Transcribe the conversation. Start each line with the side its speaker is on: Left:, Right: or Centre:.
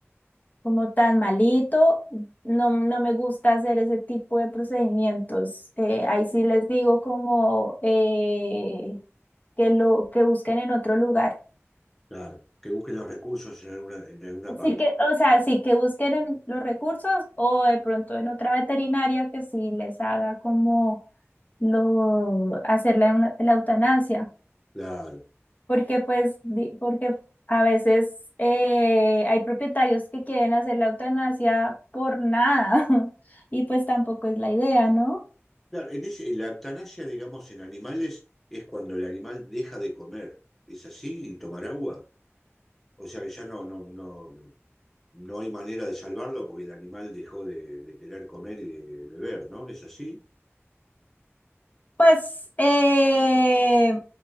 Left: como tan malito, no, no me gusta hacer ese tipo de procedimientos. Eh, ahí sí les digo como eh, que lo que busquen en otro lugar.
Centre: claro, que busquen los recursos en alguna, en alguna parte.
Left: Sí que, o sea, sí que busquen en los recursos o de pronto en otra veterinaria que sí les haga como lo hacer la, la eutanasia,
Centre: Claro,
Left: porque pues di- porque a veces eh, hay propietarios que quieren hacer la eutanasia por nada <laughs> y pues tampoco es la idea, ¿no?
Centre: claro, en ese- en la eutanasia, digamos, en animales es cuando el animal deja de comer. ¿Es así? ¿Y tomar agua? O sea que ya no, no, no. no hay manera de salvarlo porque el animal dejó de, de querer comer y de beber, ¿no? ¿Es así?
Left: Pues eh,